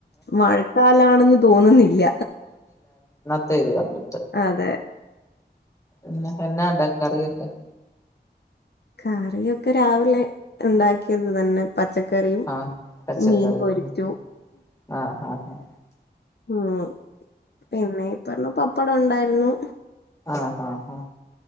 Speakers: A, on the left; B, on the left.
A: മഴക്കാലാണെന്ന് തോന്നുന്നില്ല
B: പയ്തു കണ്ട്
A: അതെ
B: ഉന്നന്നാ ഉണ്ടാക്കാക്കറിയൊക്കെ
A: കറിയൊക്കെ രാവിലെ ഉണ്ടാക്കിയത് തന്നെ പച്ചക്കറിയും
B: ആഹ് പച്ചക്കറി
A: മീൻ പൊരിച്ചു
B: ആഹ് ആഹ് ആഹ്
A: ഉം പിന്നെ ഇ പറഞ്ഞ പ പ്പട ണ്ടായിര്ന്നു
B: ആഹ് ഹ ഹ